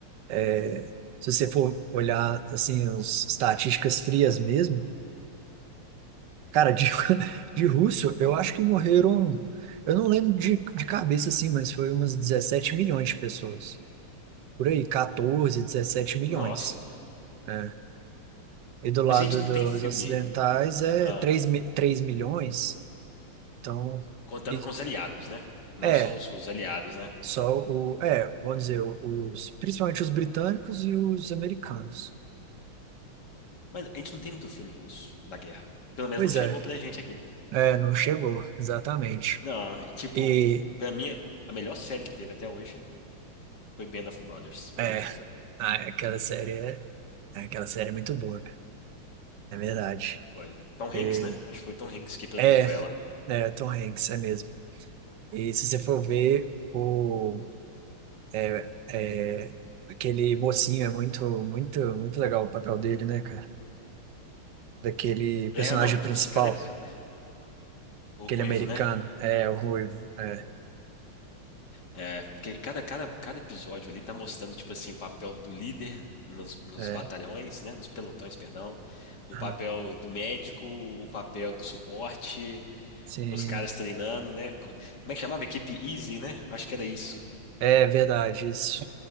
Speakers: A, on the right (about 65°); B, on the left (about 50°).
A: é, se você for olhar, assim, as estatísticas frias mesmo, cara, de, <laughs> de russo, eu acho que morreram, eu não lembro de, de cabeça, assim, mas foi umas 17 milhões de pessoas. Por aí, 14 17 milhões.
B: Nossa.
A: né? E do lado
B: Mas a gente não
A: dos
B: tem filme.
A: ocidentais é
B: Ah,
A: 3, 3 milhões. Então,
B: contando
A: e-
B: com os aliados, né? Não
A: é,
B: só os, os aliados, né?
A: só o, é, vamos dizer, o- os, principalmente os britânicos e os americanos.
B: Mas a gente não tem muito filme russo da guerra. Pelo menos
A: Pois
B: não chegou
A: é,
B: pra gente aqui.
A: é, não chegou, exatamente.
B: Não, e, tipo,
A: E,
B: pra mim, a melhor série que teve até hoje foi Band of Brothers, da
A: é,
B: HBO.
A: ah, é, aquela série é, é, aquela série é muito boa, cara, é verdade.
B: Foi Tom Hanks,
A: E-
B: né? Acho que foi Tom Hanks que produziu
A: é,
B: ela.
A: é, Tom Hanks, é mesmo. E se você for ver, o, é, é, aquele mocinho é muito, muito, muito legal o papel dele, né, cara? Daquele personagem
B: É, não, tipo
A: principal.
B: assim, cada. epi- O
A: Aquele
B: Ruivo,
A: americano.
B: né?
A: É, o Ruivo. É,
B: É, porque cada, cada, cada episódio ali tá mostrando, tipo assim, o papel do líder nos, nos
A: é.
B: batalhões, né? Nos pelotões, perdão. O
A: aham.
B: papel do médico, o papel do suporte.
A: Sim.
B: Os caras treinando, né? Co- Como é que chamava? Equipe Easy, né? Eu Acho que era isso.
A: É verdade, isso.